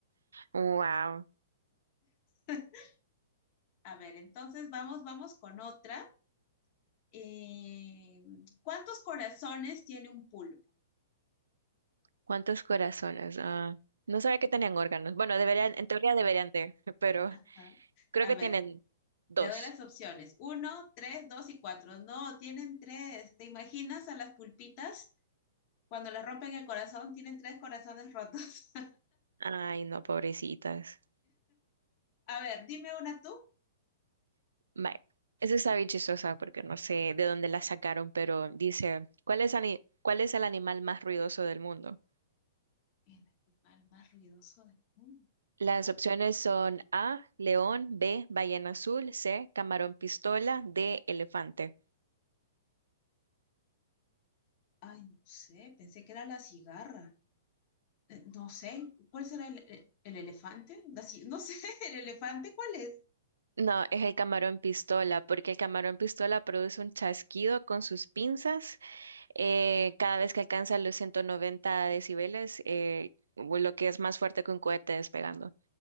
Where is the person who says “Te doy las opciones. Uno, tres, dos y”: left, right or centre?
Left